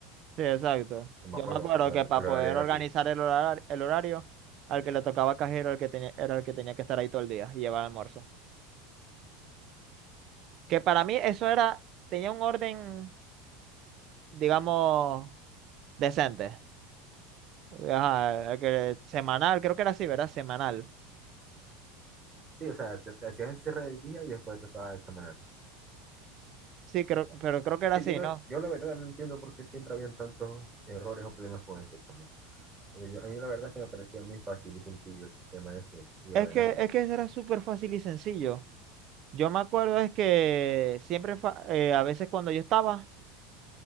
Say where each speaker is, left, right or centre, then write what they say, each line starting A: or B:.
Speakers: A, on the right; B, on the right.
A: Sí, exacto.
B: No me
A: Yo
B: acuerdo
A: me acuerdo
B: cuando
A: que
B: el
A: para
B: el
A: poder
B: horario era
A: organizar
B: así.
A: el horario, el horario, al que le tocaba cajero, el que tenía, era el que tenía que estar ahí todo el día y llevar almuerzo. Que para mí eso era, tenía un orden. digamos, decente. Ajá, que semanal, creo que era así, ¿verdad? Semanal.
B: Sí, o sea, te, te hacías el cierre del día y después te tocaba examinar.
A: Sí, creo, pero creo que era
B: Que
A: así,
B: yo, no,
A: ¿no?
B: yo la verdad no entiendo por qué siempre habían tantos errores o problemas con eso, chamo. Porque yo- a mí la verdad es que me parecía muy fácil y sencillo el sistema ese y
A: Es
B: ordenado.
A: que, es que era súper fácil y sencillo. Yo me acuerdo es que siempre, fa- eh, a veces cuando yo estaba,